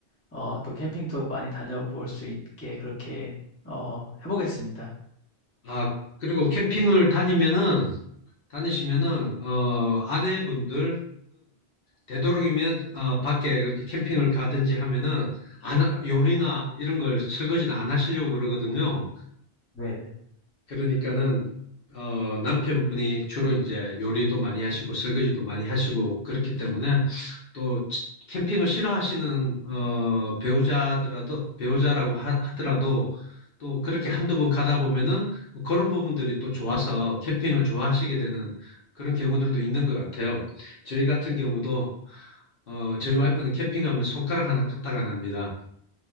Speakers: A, on the left; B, on the left.
A: 어, 또 캠핑도 많이 다녀볼 수 있게 그렇게 어, 해보겠습니다.
B: 아, 그리고 캠핑을 다니면은, 다니시면은, 어, 아내분들은 되도록이면, 어, 밖에 그렇게 캠핑을 가든지 하면은, 안, 하- 요리나 이런 걸 설거지는 안 하시려고 그러거든요.
A: 네, 네,
B: 그러니까는, 어, 남편분이 주로 이제 요리도 많이 하시고, 설거지도 많이 하시고, 그렇기 때문에, 또 치- 캠핑을 싫어하시는 어, 배우자더라도 배우자라고 하, 더라도또 그렇게 한두 번 가다 보면은 그런 부분들이 또 좋아서 캠핑을 좋아하시게 되는 그런 경우들도 있는 것 같아요. 저희 같은 경우도 어, 저희 와이프는 캠핑 가면 손가락 하나 까딱 안 합니다.